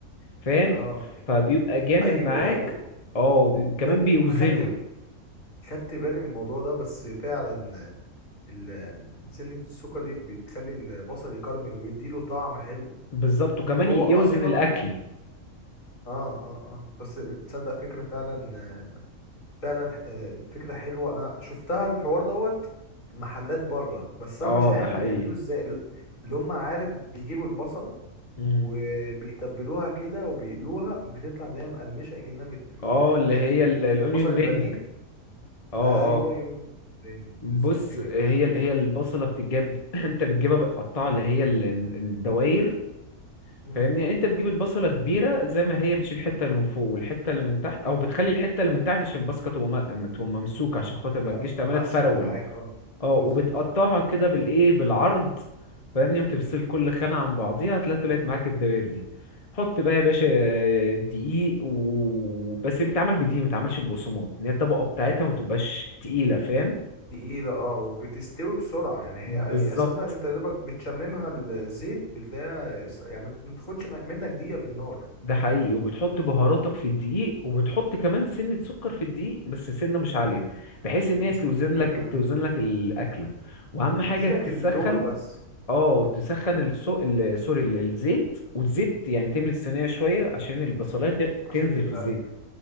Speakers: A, on the left; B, on the left.
A: فاهم
B: اه
A: فبيبقى جامد
B: ايوه
A: معاك
B: ايوه
A: اه وبي- وكمان
B: تصدق
A: بيوزنه
B: انا خدت خدت بالي من الموضوع ده بس فعلا ال- سنة السكر دي بتخلي البصل يكرمل ويديله طعم حلو
A: بالظبط وكمان
B: يعني هو
A: ي-
B: اصلا
A: يوزن الاكل
B: اه اه اه بس تصدق فكرة فعلا فعلا آه، فكرة حلوة انا شفتها الحوار دوت في محلات بره بس انا
A: اه
B: مش عارف
A: ده حقيقي
B: بيعملوه ازاي ال- اللي هم عارف بيجيبوا البصلة
A: مم.
B: وبيتبلوها كده وبيقلوها بتطلع اللي هي مقرمشة كأنها مت...
A: اه اللي
B: بانيه
A: هي الاونيون
B: شفت البصل البانيه
A: رينج اه
B: ايوه
A: اه
B: يوم
A: بص
B: بالظبط كده
A: هي ال- هي البصله بتتجاب <clears throat> انت بتجيبها بتقطعها اللي هي ال- الدواير
B: مم.
A: فاهمني يعني انت بتجيب البصله كبيره زي ما هي بتشيل الحته اللي من فوق والحته اللي من تحت او بتخلي الحته اللي من تحت عشان البصله تبقى م- تبقى ممسوكه عشان خاطر
B: تبقى
A: ما تجيش
B: م-
A: تعملها
B: ماسكة
A: تفرول
B: معاك اه
A: اه وبتقطعها
B: بالظبط صح
A: كده بالايه بالعرض فاهمني وتفصل
B: مم.
A: كل خانة عن بعضيها هتلاقي طلعت معاك الدوائر دي حط بقى يا باشا دقيق و... بس هي بتتعمل بدقيق ما بتتعملش ببقسماط ان هي الطبقة بتاعتها ما بتبقاش تقيلة فاهم
B: تقيلة اه وبتستوي بسرعة يعني هي
A: بالظبط
B: هي اساسا انت يا دوبك بتشممها الزيت بتلاقيها اس- يعني ما تاخدش م- منك دقيقة في النار
A: ده حقيقي وبتحط بهاراتك في الدقيق وبتحط كمان سنة سكر في الدقيق بس سنة مش عالية بحيث ان
B: مش
A: هي توزن
B: كتير
A: لك
B: اه
A: توزن لك الأكلة واهم
B: تديلك
A: حاجة تسخن
B: اللون بس
A: اه تسخن الصو... ال... سوري ال- الزيت والزيت يعني
B: مم.
A: تملي الصينية شوية عشان البصلاية ت...
B: عشان
A: تنزل
B: يبقى
A: في الزيت